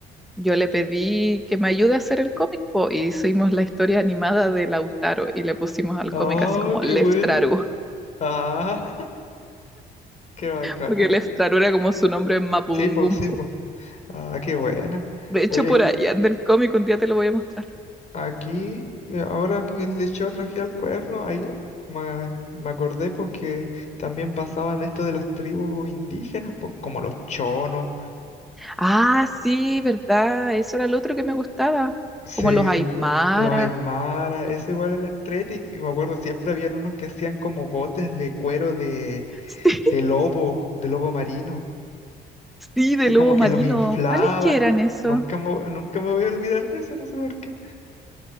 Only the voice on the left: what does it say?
Ah,
qué
bueno. Ah, <laughs> qué bacán.
Sí, pues, sí, pues. Ah, qué buena.
Oye,
aquí, eh, ahora que le yo traje al cuerno, ahí me, me acordé pues que también pasaban esto de las tribus indígenas, pues como los chonos
Sí,
los Aymara, eso igual era entrete, y me acuerdo siempre habían unos que hacían como botes de cuero de,
de lobo, de lobo marino,
y
como que
los inflaban.
Nunca me, nunca me voy a olvidar de eso, no sé por qué.